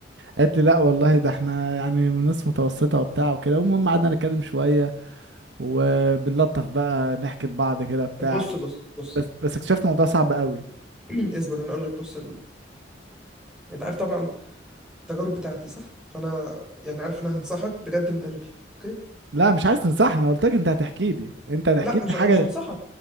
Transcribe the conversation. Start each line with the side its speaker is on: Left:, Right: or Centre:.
Right: قالت لي لا والله ده احنا يعني من ناس متوسطة وبتاع وكده المهم قعدنا نتكلم شوية وبنلطف بقى نحكي لبعض كده بتاع
Centre: طب بص بص بص
Right: بس بس اكتشفت الموضوع صعب قوي
Centre: <clears throat> اصبر انا اقول لك بص انت عارف طبعا التجارب بتاعتي صح فانا يعني عارف ان انا هنصحك بجد من قلبي اوكي
Right: لا مش عايز تنصحني قلت لك انت هتحكي لي انت هتحكي
Centre: لا مش
Right: لي
Centre: انا
Right: حاجة
Centre: مش هنصحك